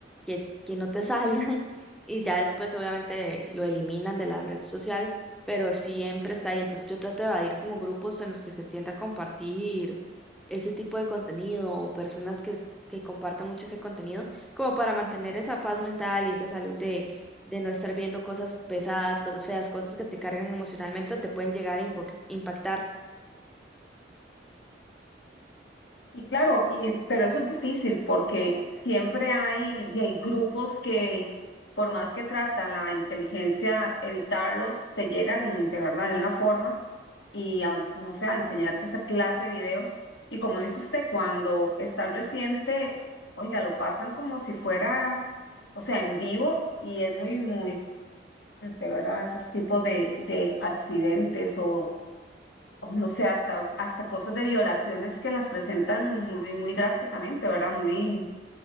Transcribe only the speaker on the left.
Y claro, y, pero eso es difícil porque siempre hay, y hay grupos que, por más que tratan la inteligencia, evitarlos, te llegan de verdad de una forma y a, no sé, a enseñarte esa clase de videos. Y como dice usted, cuando es tan reciente, oiga, lo pasan como si fuera, o sea, en vivo y es muy, muy, de ¿verdad? Esos tipos de, de accidentes o o no sé, hasta, hasta cosas de violaciones que las presentan muy, muy drásticamente, ¿verdad? Muy